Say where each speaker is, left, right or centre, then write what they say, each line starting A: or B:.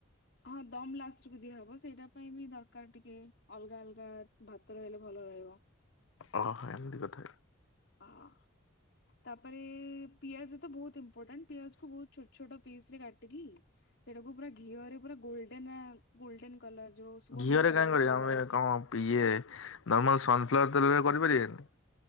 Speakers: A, on the left; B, on the left.
A: ହଁ ଦମ ଲାଷ୍ଟକୁୁ ଦିଆହବ ସେଇଟା ପାଇଁ ବି ଦରକାର ଟିକେ ଅଲଗା ଅଲଗା ଭାତ ରହିଲେ ଭଲ ରହିବ।
B: ଓ ହ ଏମିତି କଥା।
A: ହଁ ତାପରେ ପିଆଜ ତ ବହୁତ ଇ ମ୍ପୋଟାଣ୍ଟ ପିଆଜକୁ ବହୁତ ଛୋଟ ଛୋଟ ପିସରେ କାଟିକି ସେଟାକୁ ପୁରା ଘିଅରେ ପୁରା ଗୋଲଡେନ ଆ ଗୋଲଡେନ କଲର ଯୋଉ ସୁବର୍ଣ୍ଣ
B: ଘିଅରେ
A: କଲର
B: କାହିଁ କରିବା
A: କରିବାର
B: ଆମେ
A: ଅଛି।
B: କଣ ଇଏ ନର୍ମାଲ ସନ୍ଫ୍ଲାୱାର ତେଲରେ କରିପାରିବାନି?